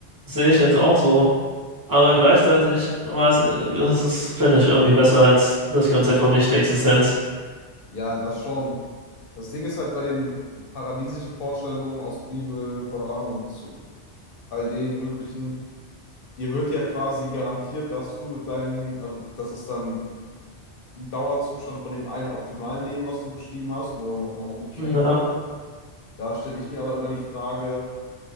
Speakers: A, on the right (about 25°); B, on the left (about 60°).
A: sehe ich jetzt auch so. Aber gleichzeitig weiß, das ist, finde ich, irgendwie besser als das Konzept von Nichtexistenz.
B: Ja, das schon. Das Ding ist halt bei den paradiesischen Vorstellungen aus Bibel, Koran und so all dem möglichen, dir wird ja quasi garantiert, dass du mit deinen, also das ist dann ein Dauerzustand von dem einen optimalen Leben, was du beschrieben hast, nur nochmal ohne Beschränkungen.
A: Na,
B: Da stelle ich mir aber immer die Frage,